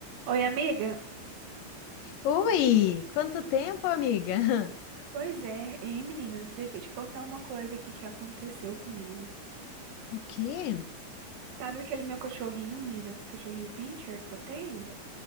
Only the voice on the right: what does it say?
Oi, amiga.
Pois é, hein, menina? Deixa eu te contar uma coisa aqui que aconteceu comigo.
Sabe aquele meu cachorrinho, menina? Cachorrinho Pinscher que eu tenho?